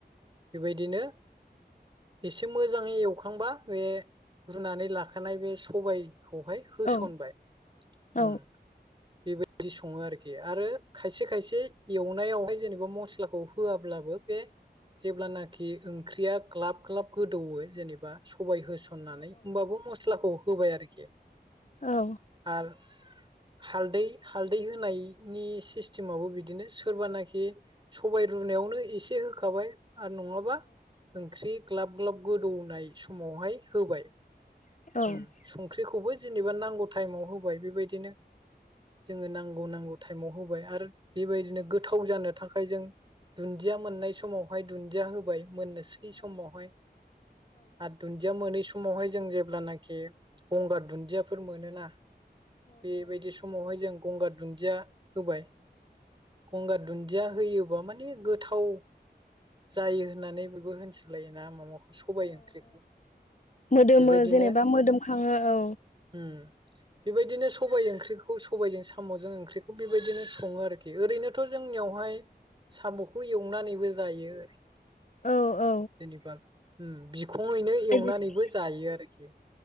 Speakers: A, on the right; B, on the left.
A: बेबायदिनो एसे मोजाङै एवखांबा बे रुनानै लाखानाय बे सबाय खौहाय होसनबाय
B: औ औ
A: उम बेबायदि सङो आरोखि आरो खायसे खायसे एवनायावहाय जेनेबा मस्लाखौ होआब्ला जेब्लानाखि ओंख्रिया ग्लाब ग्लाब गोदौवो जेनेबा बा सबाय होसननानै होमबाबो मस्लाखौ होबाय आरोखि
B: औ
A: आरो हालदै हालदै होनायनि सिस्टेमाबो बिदिनो सोरबानाखि सबाय रुनाय नायावनो एसे होखाबाय आरो नङाबा ओंख्रि ग्लाब ग्लाब गोदौनाय समावहाय होबाय
B: औ-औ-औ-औ-औ-औ-औ-औ-औ-औ
A: उम संख्रिखौबो जेनेबा नांगौ टाइमाव होबाय बेबायदिनो जोङो नांगौ नांगौ टाइमाव होबाय आरो बेबायदिनो गोथाव जानो थाखाय जों दुन्दिया मोननाय समावहाय दुन्दिया होबाय मोननोसै नो सै समावहाय आरो दुनदिया मोनै समावहाय जों जे जेब्लानाखि गंगार दुन्दियाफोर मोनोना बेबायदि समावहाय जों गंगार दुन्दिया होबाय गंगार दुन्दिया होयोबा माने गोथाव जायो होननानै बेबो होनसोलायोना माखौ सबाय ओंख्रिखौ
B: मोदोमो
A: बेबायदिनो
B: जेनेबा मोदोमखाङो औ
A: उम बेबायदिनो सबाइ ओंख्रिखौ सबायजों साम'जों ओंख्रिखौ बेबायदिनो सङो आरोखि ओरैनोथ' जों जोंनियावहाय साम'खौ एवनानैबो जायो आरो
B: औ औ
A: जेनेबा उम बिखंङैनो एवनानैबो
B: बायदिसिना
A: जायो आरोखि